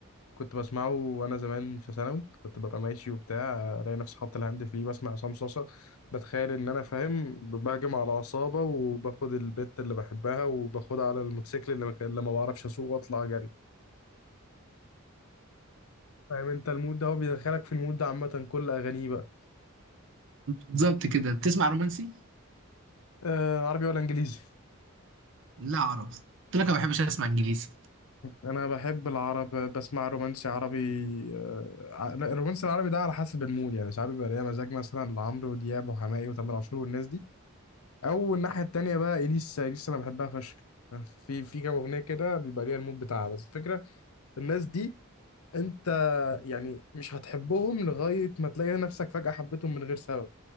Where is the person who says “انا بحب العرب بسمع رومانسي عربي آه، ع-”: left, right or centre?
Left